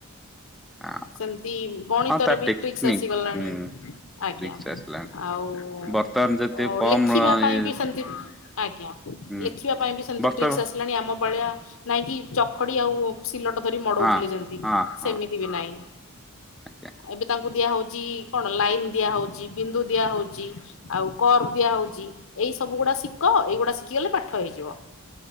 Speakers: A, in the centre; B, on the left.
A: ହଁ
B: ସେମତି ଗଣିତରେ
A: ତା
B: ବି
A: ଟେକ୍ନିକ୍
B: ଟ୍ରିକ୍ସ୍ ଆସିଗଲାଣି
A: ହୁଁ
B: ଆଜ୍ଞା।
A: ଠିକ୍ ସେ ଆସିଲାଣି
B: ଆଉ
A: ବର୍ତ୍ତମାନ ଯେତେ
B: ଓ
A: କମ୍
B: ଲେଖିବା ପାଇଁ
A: ଇଏ
B: ବି ସେମତି ଆଜ୍ଞା।
A: ହୁଁ
B: ଲେଖିବା ପାଇଁ ବି ସେମିତି
A: ବର୍ତ୍ତମାନ
B: ଟ୍ରିକ୍ସ୍ ଆସି ଲାଣି ଆମ ଭଳିଆ ନାଇଁକି ଚଖଡି ଆଉ ସିଲଟ ଧରି ମଡ଼ଉଥିଲେ
A: ହଁ
B: ଯେମିତି
A: ହଁ ହଁ
B: ସେମି ତିବି ନାଇ।
A: ଆଜ୍ଞା
B: ଏବେ ତାଙ୍କୁ ଦିଆ ହଉଛି କଣ ଲାଇନ୍ ଦିଆ ହଉଛି ବିନ୍ଦୁ ଦିଆ ହଉଛି। ଆଉ କର୍ବ ଦିଆ ହଉଛି ଏଇ ସବୁ ଗୁଡା ଶିଖ ଏଇଗୁଡା ଶିଖିଗଲେ ପାଠ ହେଇଯିବ।